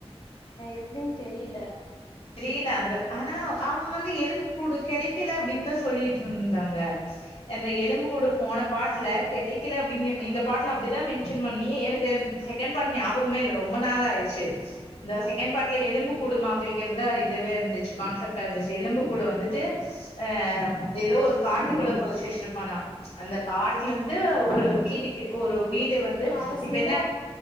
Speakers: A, on the left (about 45°); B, on the left (about 70°).
A: எப்படின் தெரியல
B: தெரியல அது ஆனா அவன் வந்து எலும்பு கூடு கிடைக்கல அப்படின்தான் சொல்லிட்டு இருந்தாங்க அந்த எலும்பு கூடு
A: ஓ
B: போன பாட்ஸ்ல கெடைக் கெடைக்கல அப்படிங்கற இந்த பாட்ல அப்படிதான் மென்ஷன் பண்ணி எனக்கு செகண்ட் பாட் ஞாபகமே இல்ல ரொம்ப நாளாயிச்சு இந்த
A: ஓ
B: செகண்ட் பார்ட்ல எலும்பு கூடு மாதிரி கெடைக்கிறதா இதுவே இருந்துச்சு கான்செப்டா இருந்துச்சு எலும்பு கூடு வந்துட்டு ஆ எதோ ஒரு காட்டுக்குள்ள புதைச்சு வச்சிருப்பானா அந்த காட்லந்து
A: ஓ
B: ஒரு வீடுக்கு ஒரு வீடு வந்து
A: கடசில
B: இப்ப என்ன